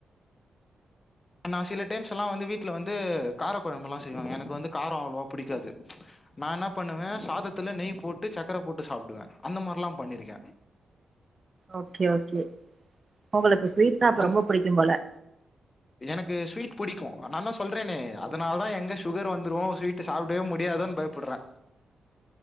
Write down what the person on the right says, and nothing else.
ம்
ஓகே ஓகே உங்களுக்கு ஸ்வீட் நா அப்ப
ரொம்ப புடிக்கும் போல